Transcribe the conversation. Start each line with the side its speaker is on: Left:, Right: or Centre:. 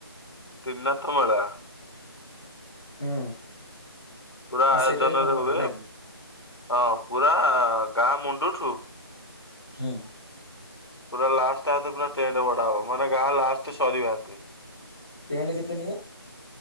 Left: ତ୍ରିନାଥମେଳା।
Centre: ହୁଁ।
Left: ପୁରା ଆୟୋଜନରେ
Centre: ସେଇଟା ହିଁ ଭଲ
Left: ହୁଏ
Centre: ନାଇଁ କି
Left: ହଁ ପୁରା ଗାଁ ମୁଣ୍ଡଠୁ
Centre: ହୁଁ।
Left: ପୁରା ଲାଷ୍ଟ୍ ହାତ ପୁରା ଟେଣ୍ଟ୍ ମଡା ହବ ମାନେ ଗାଁ ଲାଷ୍ଟ ସରିବା ଏତେ
Centre: ଟେଣ୍ଟ୍ କେତେ ନିଏ?